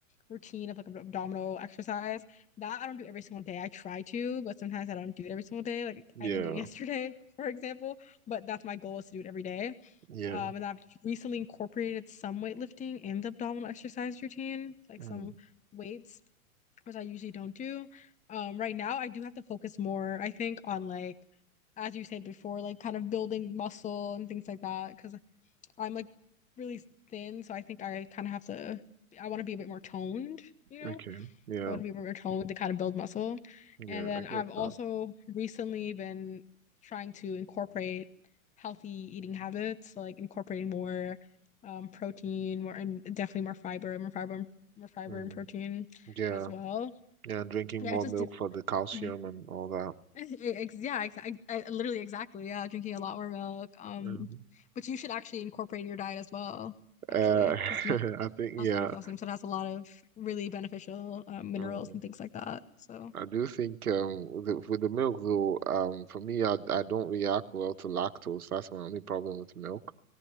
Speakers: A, on the left (about 15°); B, on the right (about 80°).
A: routine of like ab- abdominal exercise. That I don't do every single day. I try to, but sometimes I don't do it every single day. Like
B: Yeah.
A: I didn't do it yesterday, <laughs> for example, but that's my goal is to do it every day.
B: Yeah.
A: Um, and I've recently incorporated some weightlifting in the abdominal exercise routine, like
B: Mm.
A: some weights which I usually don't do. Um, right now I do have to focus more, I think, on like as you said before, like kind of building muscle and things like that because I'm like really thin, so I think I kind of have to I want to be a bit more toned, you know?
B: Okay. Yeah.
A: I want to be a bit more toned to kind of build muscle.
B: Yeah.
A: And then
B: I get
A: I've also
B: that.
A: recently been trying to incorporate healthy eating habits, so, like incorporating more um protein, more and definitely more fiber, more fiber, more fiber
B: Mm.
A: and protein
B: Yeah.
A: as well.
B: Yeah. And Drinking
A: Yeah,
B: more
A: it just
B: milk
A: did.
B: for the calcium
A: hmm
B: and all that.
A: <laughs> Ex yeah, exactly. Literally, exactly. Yeah, drinking a lot more milk. Um,
B: Mhm.
A: but you should actually incorporate in your diet as well, actually,
B: Uh,
A: because milk
B: <laughs> I think, yeah.
A: has a lot of calcium, so it has a lot of really beneficial um, minerals
B: Mm.
A: and things like that. So,
B: I do think um, with the, with the milk though, um, for me, I I don't react well to lactose. That's my only problem with milk.